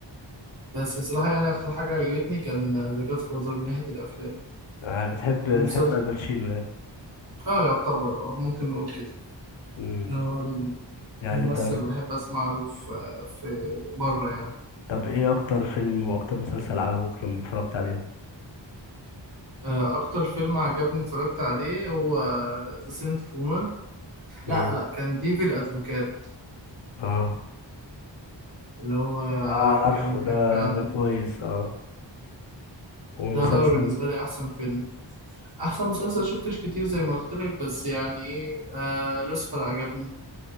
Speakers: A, on the right (about 55°); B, on the left (about 80°).
A: بس بصراحة يعني أكتر حاجة عجبتني كان ذا جاد فازر من ناحية الأفلام
B: آه بتحب بتحب
A: والمسلسل
B: الباتشينو يعني
A: آه يعتبر آه ممكن نقول كده
B: امم
A: إن هو
B: يعني
A: الممثل
B: طيب
A: اللي بحب أسمع له في في بره يعني
B: طب إيه أكتر فيلم وأكتر مسلسل عجبك لما اتفرجت عليه؟
A: آه أكتر فيلم عجبني اتفرجت عليه هو ذا سنت اوف وومن
B: امم
A: لا لا كان ديفل أدفوكات
B: اه
A: اللي هو
B: اه عارفه
A: كان بيحكي
B: ده
A: عن
B: ده كويس اه والمسلسل
A: ده يعتبر بالنسبة لي أحسن فيلم أحسن مسلسل شفتش كتير زي ما قلت لك بس يعني إيه آه لوسيفر عجبني